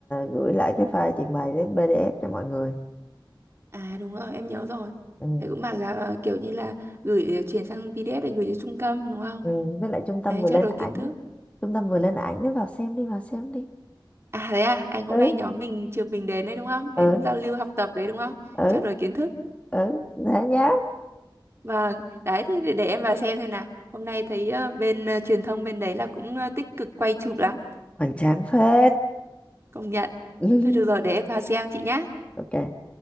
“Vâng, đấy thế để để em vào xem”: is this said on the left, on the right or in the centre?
Right